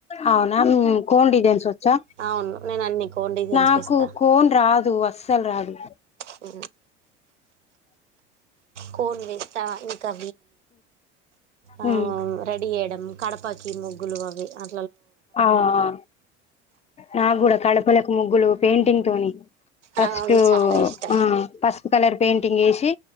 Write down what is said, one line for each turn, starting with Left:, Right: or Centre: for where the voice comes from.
Left: అవునా కోన్ డిజైన్స్ వచ్చా
Right: అవును నేను అన్ని కోన్ డిజైన్స్
Left: నాకు
Right: వేస్తా
Left: కోన్ రా రాదు అస్సలు రాదు
Right: ఊ కోన్ వేస్తావ ఇంకావి అవి
Left: ఉమ్
Right: రెడి చేయడం కడప కి ఈ ముగ్గులు అవి అ
Left: ఆ ఆ నా కూడా కడపలకు ముగ్గులు పెయింటింగ్ తోని ఫస్ట్
Right: అవును చాలా ఇష్టం
Left: ఆ పసుపు కలర్ పెయింటింగ్ వేసి